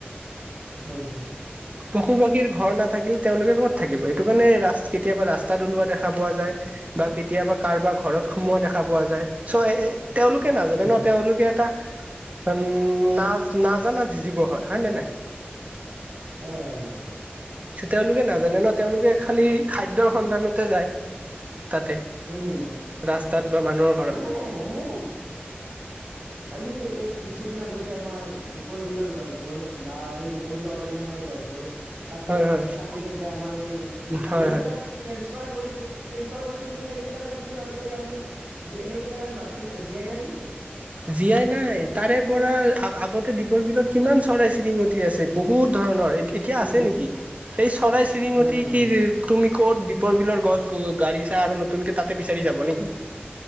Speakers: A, on the right; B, on the right.
A: হয়, হয়।
B: পশু পক্ষীৰ ঘৰ নাথাকিলে তেওঁলোকে ক'ত থাকিব এইটো কাৰণে ৰাস্ কেতিয়াবা ৰাস্তাত ওলোৱা দেখা পোৱা যায় বা কেতিয়াবা কাৰোবাৰ ঘৰত সোমোৱা দেখা পোৱা যায় চ তেওঁলোকে নাজানে
A: হয়
B: ন
A: হয়
B: তেওঁলোকে এটা উম নাচ নাজানা জী জীৱ হয় নে নাই?
A: হয় হয় হয়
B: তেওঁলোকে নাজানে ন তেওঁলোকে খালি খাদ্যৰ সন্ধানতে যায় তাতে
A: উম
B: ৰাস্তাত বা মানুহৰ ঘৰত
A: মানে সেই আজি এই কিছুদিন আগতে আমাৰ দীপৰ বিলৰ গছবোৰ বা এই দীপ দীপৰ বিলৰ অৰণ্যখনৰ গছবোৰ কাটি
B: হয় হয়
A: কাটি কেন্তে আমাৰ সেই
B: হয়
A: বেলেগ
B: হয়
A: জেগাত ট্ৰেন্সফাৰ কৰিছে ট্ৰেন্সফাৰ কৰিছে কিন্তু সেইগিলাক গছ কিন্তু আজিকালি আমি যে সেই সেইগিলাক গছ বাচি জীয়াই নাই কিন্তু
B: জীয়াই নাই
A: সেইকাৰণে
B: তাৰে
A: সেই
B: পৰা আগতে দীপ দীপৰ বিলত কিমান চৰাই চিৰিঙতি আছে বহুত ধৰণৰ এতিয়া
A: উম।
B: আছে নেকি সেই চৰাই চি চিৰিঙতি
A: নাই নাই
B: কি
A: নাই
B: তুমি ক'ত দীপৰ বিলৰ গছ গাড়ী চা আৰু নতুনকে তাতে বিচাৰি যাব নেকি?